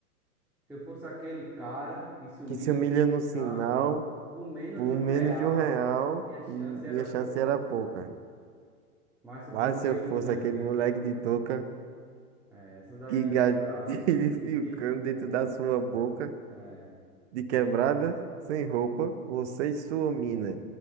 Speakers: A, in the centre; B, on the right.
A: Se eu fosse aquele cara que se humilha
B: Que se humilha
A: no sinal
B: no sinal
A: por menos
B: por
A: de um
B: menos
A: real,
B: de um real,
A: minha chance
B: hum,
A: era
B: minha
A: pouca.
B: chance era pouca.
A: Mas se eu
B: Mas
A: fosse aquele
B: se eu fosse
A: moleque
B: aquele
A: de
B: moleque
A: touca,
B: de touca
A: é, essa daí
B: que gatilho
A: é braba,
B: <laughs>
A: mano. E
B: ficando
A: tipo,
B: dentro da sua boca,
A: é,
B: de quebrada,
A: ia,
B: sem roupa, você e sua mina.